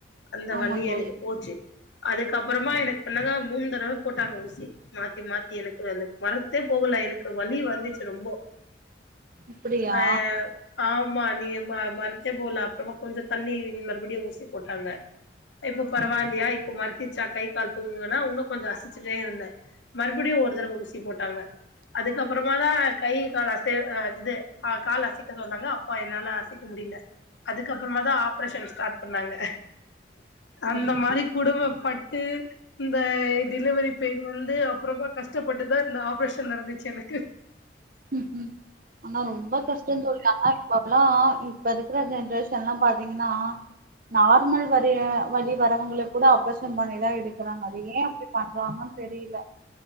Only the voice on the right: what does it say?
ஆமா
தோழி
அப்டியா
சரிங்க தோழி
சரிங்க
தோழி
ம் ம் ஆனா ரொம்ப கஷ்டந் தோழி ஆனா இப்போ ல்லா இப்ப இருக்கிற ஜென்ரேஷன்ல்லா பாத்தீங்கன்னா நார்மல் வரி வலி வரவங்க கூட ஆப்ரேசன் பண்ணிதா எடு க்குறாங்க அது ஏ அப்டி பண்றாங்கன் தெரியல